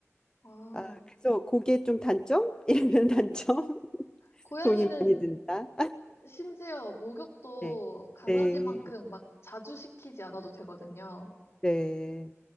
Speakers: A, on the left; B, on the left.
A: 아,
B: 아, 그래서 그게 좀 단점? <laughs> 이러면 단점? <laughs>
A: 고양이는
B: 돈이 많이 든다.
A: 심지어 목욕도
B: 네.
A: 강아지만큼
B: 네.
A: 막 자주 시키지 않아도 되거든요.
B: 네.